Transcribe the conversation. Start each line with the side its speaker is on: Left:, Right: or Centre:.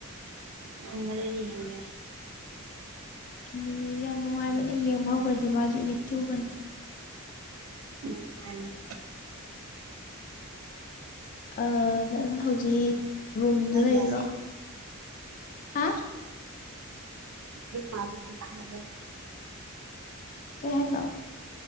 Right: ꯉꯝꯃꯔꯤ ꯌꯦꯡꯗꯩ
Left: ꯑꯟꯅꯤꯃꯤ ꯌꯥꯝ ꯅꯨꯡꯉꯥꯏꯕꯅ ꯌꯦꯡꯕ ꯍꯧꯈ꯭ꯔꯥꯗꯤ ꯃꯥꯖꯨ ꯑꯤꯗꯤꯛ ꯆꯨꯕꯅꯦ
Right: ꯎꯝ ꯃꯥꯟꯅꯤ
Left: ꯑꯥ ꯅꯪ ꯍꯧꯖꯤꯛ ꯔꯨꯝꯗ
Right: ꯌꯦꯡꯕ
Left: ꯂꯩꯔꯤꯔꯣ
Right: ꯌꯥꯗꯦ
Left: ꯍꯥ
Right: ꯗꯤ ꯄꯕꯗ ꯆꯥꯡꯗ <unintelligible>
Left: ꯀꯩ ꯍꯥꯏꯅꯣ